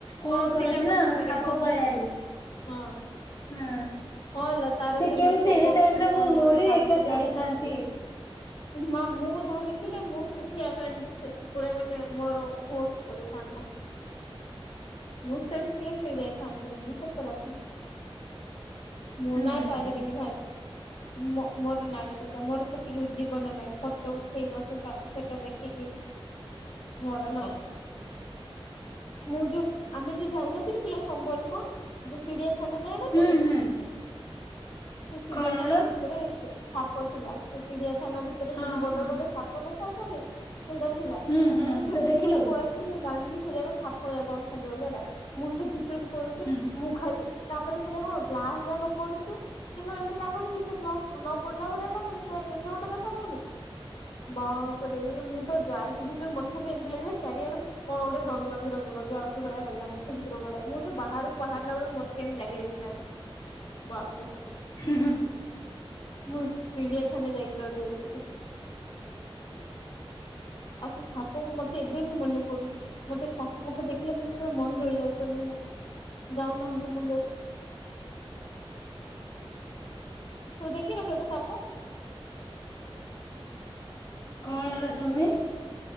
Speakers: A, on the left; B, on the left.
A: କଣ
B: କହୁଥିଲା
A: କରୁଥୁଲା
B: ମତେ ଥରେ
A: ସାପ
B: କହୁଥିଲା
A: ପଳେଆଇଲା
B: ହଁ
A: ହଁ।
B: ହଁ ଲୋ ତାର ସେ
A: କେମିତି
B: ମେକପ
A: ଏ
B: ବକ୍ସରୁ
A: ଟାଇମ ରେ
B: କଣ
A: ମୁଁ
B: ଗୋଟେ
A: ମରି
B: କାଢୁଥିଲା।
A: ଏକା ଯାଇଥାନ୍ତି
B: ଏ ମାଆ ମୁଁ ଧରିଥିଲେ ମୁଁ ସେଠି ଏକା ଏମତି ସେ ପୁରା ମାନେ ମୋର ହୋସ୍ ପଳେଇଥାନ୍ତା। ମୁଁ ସେନ୍ସଲେସ୍ ହେଇଯାଇଥାନ୍ତିଣି ସତ କଥା। ମୁଁ
A: ହୁଁ
B: ନା ପାରିବିନି
A: ହୁଁ
B: ଭାଇ। ମୋ ମୋର ନାଇଁ ସେଟା ମୋର ସେତିକି ବି ଜୀବନ ନାଇଁ ଫଟୋ ଉଠେଇବ ସେତା ସେଟା ଦେଖିକି ମୋର ନାଇଁ ମୁଁ ଯୋଉ ଆମେ ଯେ ଯାଇନଥିଲୁ କିଲୋ ସମ୍ବଲପୁର ଯୋଉ ଚିଡିଆଖାନା ଯାଇନଥିଲୁ
A: ହୁଁ ହୁଁ
B: ସେ ଚିଡିଆଖାନା
A: କଣ ଲୋ
B: ଭିତରେ ସାପ ଥିଲା ସେ ଚିଡିଆଖାନା ଭିତରେ
A: ହଁ
B: ସେ ଯୋଉ ବଡ
A: ହଁ
B: ବଡ ସା ପ ନ ଥାଉଚନ୍ତି ସେଇଟା ଥିଲା
A: ହୁଁ ହୁଁ
B: ମୁଁ ସେ ଭିତରକୁ
A: ଦେଖିଲୁ
B: ପଳେଇ ଥିଲି ମୁଁ <unintelligible> ସେରା ତ ସାପରାକ ଅଛନ୍ତି ବୋଲି ହେଲା ମୁଁ ସେ ଭିତରୁକୁ ପଳୋଉଚି
A: ହୁଁ
B: ମୁଁ ଖା ଏ ତାପରେ ସେଟା କଣ ଗ୍ଲାସ ଯାକ ପଡିଚି କିନ୍ତୁ ଏମତି ଲାଗୁନି କି ସେ ଗ୍ଲାସ ନ ପଡିଲା ଭଳିଆ ଲାଗୁନି ସେ କେମତି ଗୋଟେ ଦେଖାଯାଉନି। ବାପରେ ମୁଁ ତ ଯାଇକି ଭିତରୁକୁ ମତେ ଖାଲି ଏମିତି ଲାଗିଲା ଚାରିଆଡୁ କଣ ଗୋଟେ ରଙ୍ଗି ରଙ୍ଗି ରଙ୍ଗି ରଙ୍ଗି ଆଉ କୋଉ ଭଳିଆ ଲାଗିଲା ମତେ ସେ ଭିତରକୁ ଗଲାବେଳୁ ମୁଁ ସେ ବାହାରକୁ ବାହାରିଲା ବେଳକୁ ମତେ କେମତି ଲାଗି ଯାଇଥିଲାଣି। ବାପରେ।
A: ହୁଁ ହୁଁ।
B: ମୁଁ ଚିଡିଆଖାନା ଯାଇକି ଡରି ଯାଇଥିଲି। ଆଉ ସେ ସାପକୁ ମତେ ଏବେ ବି ମନେ ପଡୁଛି। ମତେ ସାପ ଫାପ ଦେଖିଲେ ମତେ ତ ମନ ରହି ଯାଉଚନ୍ତି ମୁଁ ଯାଉନାହାନ୍ତି ମୁଣ୍ଡରୁ। ତୁ ଦେଖିନୁ କେବେ ସାପ?
A: କଣ ହେଲା ସୁମୀ?